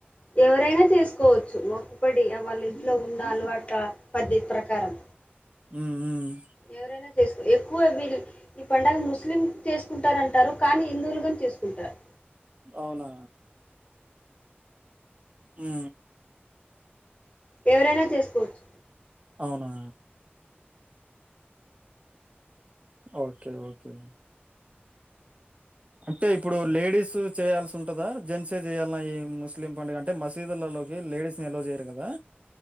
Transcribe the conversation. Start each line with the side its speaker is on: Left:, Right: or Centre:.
Left: ఎవరైనా చేసుకోవచ్చు ఒక పడి వాళ్ళ ఇంట్లో ఉన్న అలవాట పద్ధ్యతి ప్రకారం
Right: ఉఉ
Left: ఎవరేనా చేసు ఎక్కువ వీళ్ళు ఈ పడుగ ముస్లిం చేసుకుంటారంటారు కానీ హిందువులు కాని చేసుకుంటారు
Right: అవునా ఉ
Left: ఎవరైనా చేసుకోవచ్చు
Right: అవునా ఓకే ఓకే అంటే ఇప్పుడు లేడీస్ చేయాల్సి ఉంటదా జెంట్సే చేయాలన్నా ఈ ముస్లిం పండుగ అంటే మసీదుల లేడీస్ ఎల్లో చేయరు కదా